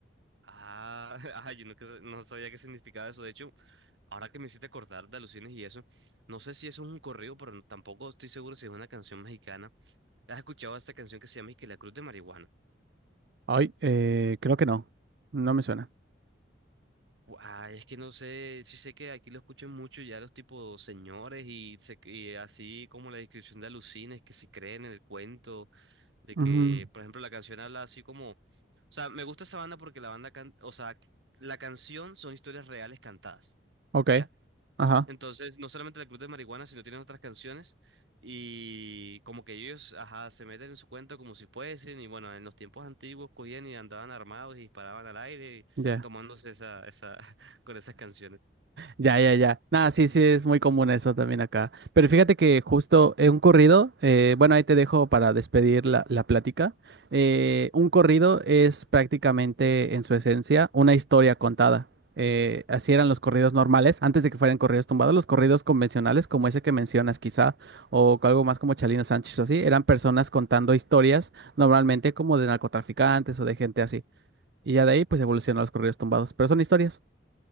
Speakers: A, on the right; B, on the right.
A: Ah, <laughs> ah, yo no, que- no sabía qué significaba eso. De hecho, ahora que me hiciste acordar de alucines y eso, no sé si eso es un corrido, pero tampoco estoy seguro si es una canción mexicana. ¿Has escuchado esta canción que se llama y que la Cruz de Marihuana?
B: Ay, eh, creo que no, no me suena.
A: Ah, es que no sé, sí sé que aquí lo escuchan mucho ya los tipos señores y, se- y así como la descripción de alucines que se creen en el cuento, de
B: Ujú,
A: que, por ejemplo, la canción habla así como, o sea, me gusta esa banda porque la banda, can- o sea, la canción son historias reales cantadas.
B: Ok,
A: ¿ya?
B: ajá,
A: Entonces, no solamente la Club de Marihuana, sino tienen otras canciones y como que ellos, ajá, se meten en su cuento como si fuesen y bueno, en los tiempos antiguos cogían y andaban armados y disparaban al aire y
B: ya.
A: tomándose esa, esa, <laughs> con esas canciones.
B: Ya, ya, ya. Nada, sí, sí, es muy común eso también acá. Pero fíjate que justo eh, un corrido, eh, bueno, ahí te dejo para despedir la, la plática. Eh, un corrido es prácticamente en su esencia una historia contada. Eh, así eran los corridos normales, antes de que fueran corridos tumbados, los corridos convencionales, como ese que mencionas quizá, o algo más como Chalino Sánchez o así, eran personas contando historias, normalmente como de narcotraficantes o de gente así. Y ya de ahí pues evolucionaron los corridos tumbados, pero son historias.